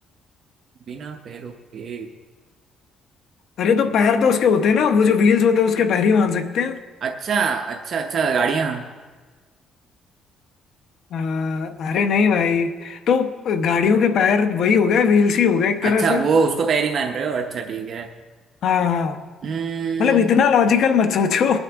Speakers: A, on the right; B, on the left.
A: बिना पैरों के
B: अरे तो
A: हम्म,
B: पैर तो उसके होते हैं ना वो जो व्हील्स होते हैं उसके पैर ही मान सकते हैं
A: अच्छा अच्छा अच्छा गाड़ियाँ
B: अ, अरे नहीं भाई तो गाड़ियों के पैर वही हो गए व्हील्स ही हो गए एक तरह
A: अच्छा
B: से
A: वो उसको पैर ही मान रहे हो अच्छा ठीक है
B: हाँ हाँ
A: हम्म
B: मतलब इतना लॉजिकल मत सोचो